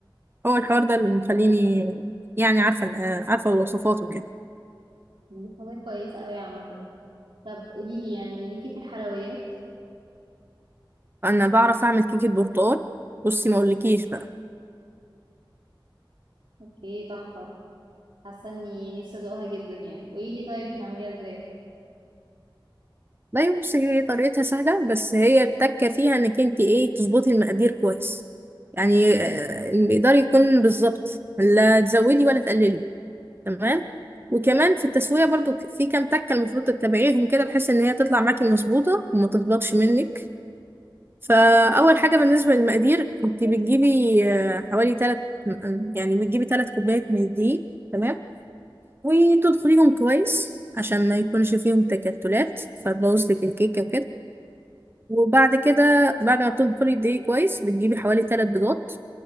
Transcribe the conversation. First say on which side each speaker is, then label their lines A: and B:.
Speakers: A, on the right (about 25°); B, on the right (about 85°).
A: هو الحوار ده اللي مخليني يعني عارفة عارفة الوصفات وكده
B: دي حاجة كويسة قوي عامة طب قوليلي يعني ليكي في الحلويات
A: أنا بعرف أعمل كيكة برتقال بصي ما أقولكيش بقى
B: اوكي تحفة حاسه اني نفسي ادوقها جدا يعني قولي لي طيب بتعمليها ازاي
A: لا بصي هي طريقتها سهلة بس هي التكة فيها انك انت ايه تظبطي المقادير كويس يعني آه، المقدار يكون بالظبط لا تزودي ولا تقللي تمام وكمان في التسوية برضو ك- في كام تكة المفروض تتبعيهم كده بحيث ان هي تطلع معاكي مظبوطة وما تهبطش منك فأول حاجة بالنسبة للمقادير انت بتجيبي آه، حوالي تلات يعني بتجيبي تلات كوبايات من الدقيق تمام وتدخليهم كويس عشان ما يكونش فيهم تكتلات فتبوظ لك الكيكة وكده وبعد كده بعد ما بتنخلي الدقيق كويس بتجيبي حوالي ثلاث بيضات